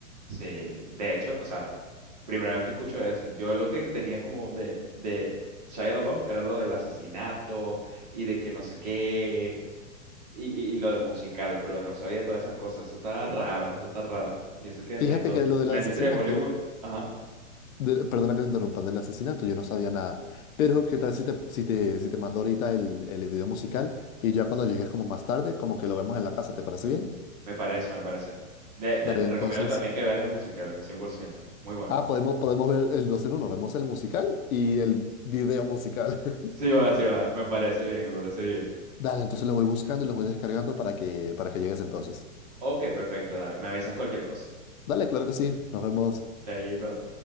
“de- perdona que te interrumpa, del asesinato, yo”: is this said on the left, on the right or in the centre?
Left